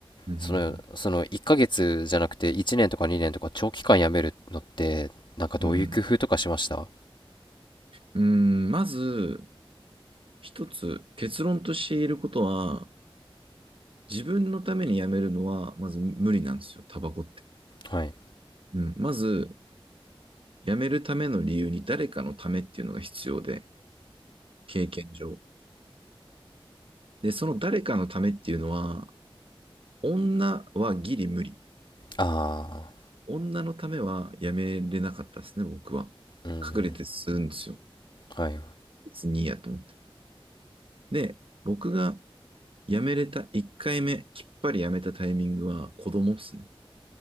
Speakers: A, on the right; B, on the left.
A: うん、うん、
B: その、
A: うん、
B: その1ヶ月じゃなくて1年とか2年とか長期間やめるのってなんかどういう工夫とかしました
A: うん、うんまず、一つ結論として言えることは、自分のためにやめるのは、まず無理なんですよ、タバコって。
B: はい
A: うん、まず、辞めるための理由に誰かのためっていうのが必要で、経験上。で、その誰かのためっていうのは、女はギリ無理。
B: あ
A: 女のためは辞めれなかったですね、僕は。
B: あーうん
A: 隠れてするんですよ。
B: はい
A: 別にいいやと思って。で、僕が辞めれた1回目、きっぱり辞めたタイミングは子供っすね。